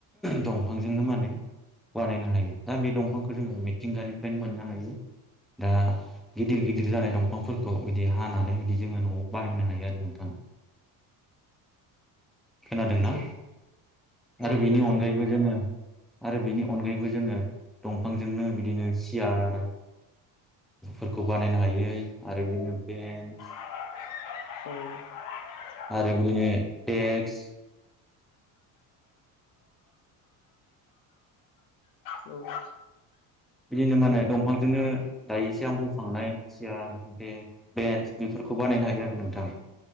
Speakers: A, in the centre; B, on the left.
A: दंफांजोंनो माने बानायनो हायो दा बे दंफांखौ जोङो मिथिंगानिफ्रायनो मोननो हायो। दा गिदिर गिदिर जानाय दंफांफोरखौ बिदि हानानै बिदि जोङो न'आव बाहायनो हायो आरो नोंथां। खोनादोंना?
B: औ औ
A: आरो बेनि
B: खोनादों
A: अनगायैबो जोङो आरो बेनि अनगायैबो जोङो दंफांजोंनो बिदिनो सियार फोरखौ बानायनो हायो आरो बिदिनो बेन्स
B: <unintelligible>
A: आरो बिदिनो देक्स
B: औ औ
A: बिदिनो मा होनो दंफांजोंनो दायो एसे आं बुंखांनाय सियार देस्क बेन्स बेफोरखौ बानायनो हायो आरो नोंथां